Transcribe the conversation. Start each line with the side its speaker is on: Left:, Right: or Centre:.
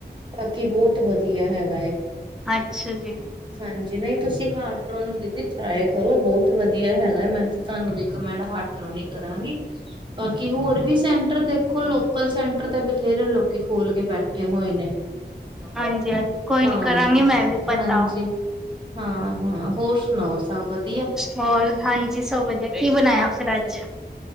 Right: ਬਾਕੀ ਬਹੁਤ ਵਧੀਆ ਹੈਗਾ ਏ।
Centre: ਅੱਛਾ ਜੀ।
Right: ਹਾਂਜੀ ਨਹੀਂ ਤੁਸੀਂ ਹਾਰਟ ਰੋਨ ਦੀਦੀ ਟਰਾਈ ਕਰੋ ਬਹੁਤ ਵਧੀਆ ਹੈਗਾ ਮੈਂ ਤੇ ਤੁਹਾਨੂੰ ਰਿਕਮੈਂਡ ਹਾਰਟ ਟ੍ਰੋਨੀ ਕਰਾਂਗੀ ਬਾਕੀ ਹੋਰ ਵੀ ਸੈਂਟਰ ਦੇਖੋ ਲੋਕਲ ਸੈਂਟਰ ਤੇ ਬਥੇਰੇ ਲੋਕੀ ਖੋਲ ਕੇ ਬੈਠੇ ਹੋਏ ਨੇ
Centre: ਹਾਂਜੀ, ਹਾਂਜੀ ਕੋਈ
Right: ਹਾਂ
Centre: ਨੀ ਕਰਾਂਗੀ ਮੈਂ ਵੀ ਪਤਾ
Right: ਹਾਂਜੀ ਹਾਂ ਹਾਂ ਹੋਰ ਸੁਣਾਓ ਸਭ ਵਧੀਆ
Centre: ਹੋਰ ਹਾਂਜੀ ਸਭ ਵਧੀਆ ਕੀ ਬਣਾਇਆ ਫਿਰ ਅੱਜ